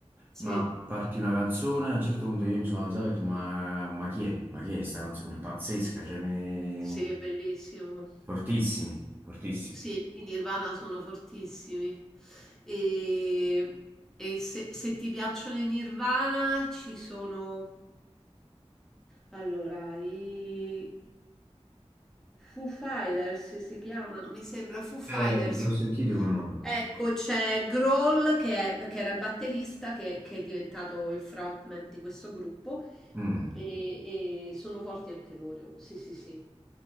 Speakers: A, in the centre; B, on the right.
A: Sì,
B: ma partì una canzone, a un certo punto io mi sono alzato e ho detto, ma, ma chi è? Ma chi è sta canzone? È Pazzesca, cioè mi...
A: sì, bellissimo.
B: Fortissimi, fortissimi.
A: Sì, i Nirvana sono fortissimi. E, e se, se ti piacciono i Nirvana ci sono... Allora, i Foo Fighters si chiamano, mi sembra Foo Fighters.
B: Eh, l'ho sentito come nome.
A: Ecco, c'è Grohl che, è- che era il batterista, che, che è diventato il frontman di questo gruppo
B: Mm,
A: e, e sono forti anche loro, sì, sì, sì.